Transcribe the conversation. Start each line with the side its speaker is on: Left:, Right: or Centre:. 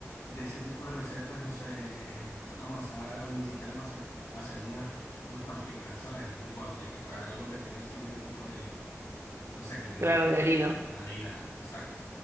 Left: de ese tipo de recetas, no sé, amasar, o ni siquiera amasar, hacer unas, unas panquecas, ¿sabes? Un waffle, con algo que tenga así ese tipo de, no sé, que tenga
Right: Claro,
Left: huevo,
Right: de harina.
Left: que tenga harina, exacto,